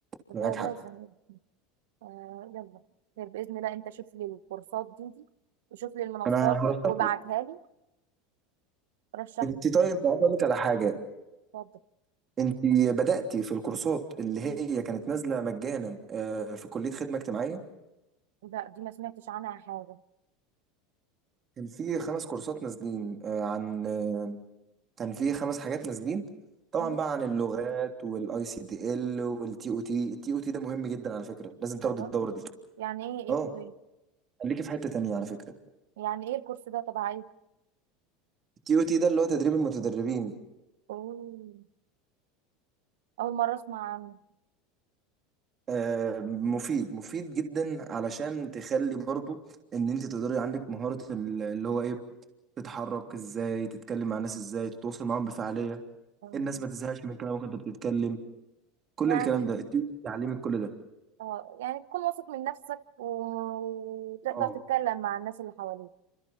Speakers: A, on the right; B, on the right.
A: فده
B: معاك حق
A: لازم آه يلا خير باذن الله انت شوف لي الكورسات دي دي وشوف لي المنصات
B: انا هرشح
A: وابعتها
B: لك
A: لي رشح
B: انت
A: لي
B: طيب عايز اقول لك على حاجة
A: اتفضل.
B: انت بدأتي في الكورسات اللي هي كانت نازلة مجانا آه، في كلية خدمة اجتماعية
A: لا دي ما سمعتش عنها حاجة
B: كان في خمس كورسات نازلين آه، عن آه، كان في خمس حاجات نازلين طبعا
A: مم.
B: بقى عن اللغات والاي سي دي ال والتي او تي التي او تي ده مهم جدا على فكرة لازم تاخد
A: والله
B: الدورة دي
A: يعني ايه ايه
B: اه
A: تو ايه
B: خليكي في حتة تانية على فكرة
A: يعني ايه الكورس ده تبع ايه
B: التي او تي ده اللي هو تدريب المتدربين
A: أوه. اول مرة اسمع عنه
B: آه، مفيد مفيد جدا علشان تخلي برضو ان انت تقدري عندك مهارة ال- اللي هو ايه تتحرك ازاي تتكلم مع الناس ازاي تتواصل معاهم بفعالية
A: أوه.
B: الناس ما تزهقش من كلامك انت بتتكلم كل
A: يعني
B: الكلام ده التيوب تعلمك كل ده
A: اه يعني تكون واثق من نفسك و- وتقدر
B: اه
A: تتكلم مع الناس اللي حواليك